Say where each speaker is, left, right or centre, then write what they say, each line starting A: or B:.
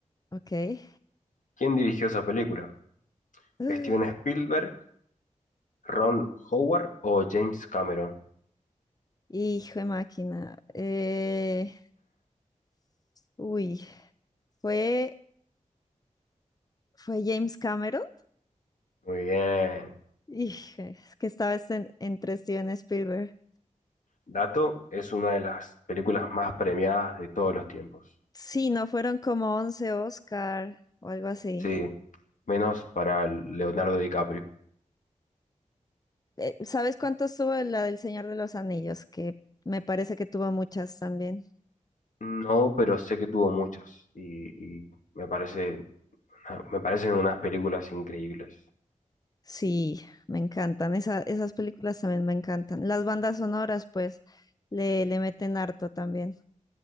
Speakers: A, on the left; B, on the left.
A: Ok.
B: ¿Quién dirigió esa película?
A: <gasps>
B: ¿Steven Spielberg, Ron Howard o James Cameron?
A: Hijo de máquina. Eh, uy, fue, fue James Cameron.
B: Muy bien.
A: Hijo, es que estaba este- entre Steven Spielberg.
B: Dato es una de las películas más premiadas de todos los tiempos.
A: Sí, no fueron como once Oscar o algo así.
B: Sí, menos para Leonardo DiCaprio.
A: Eh, ¿sabes cuántos tuvo la del Señor de los Anillos? Que me parece que tuvo muchas también.
B: No, pero sé que tuvo muchas y, y me parece, ah, me parecen unas películas increíbles,
A: Sí, me encantan. Esa- esas películas también me encantan. Las bandas sonoras, pues, le, le meten harto también.